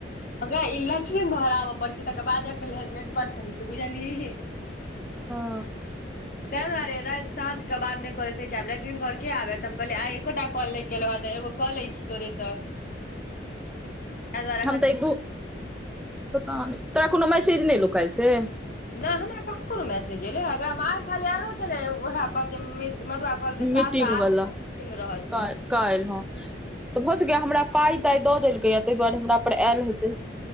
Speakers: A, on the left; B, in the centre.
A: हगई <unintelligible> घर आबअ पड़े छै तकर बाद नेटवर्क कहै छै बुझलियै
B: हँ
A: तै दुआरे राइत साँझ कऽ बाद नहि करैते आब लेटरिंग घर केँ आबैत त हमलिय आइ एकोटा कॉल नइ केलहु हे तऽ एगो कऽ लै छी तोरे सँ
B: <inaudible>
A: <unintelligible>
B: हम तऽ एगो पता नइ तोरा कोनो मैसेज नहि काइल से
A: नइ हमरा कहाँ कोनो मैसेज एले हइ खाली आलो छलै ओहै पर जे मि जे मधुआ कहलकै
B: मीटिंग
A: सात सँ आठ
B: वला
A: मीटिंग रहत
B: काल्हि काल्हि हँ तऽ भऽ सकै हमरा पाई ताई दऽ देलकै य ताहि दुआरे हमरा पर आयल हेतै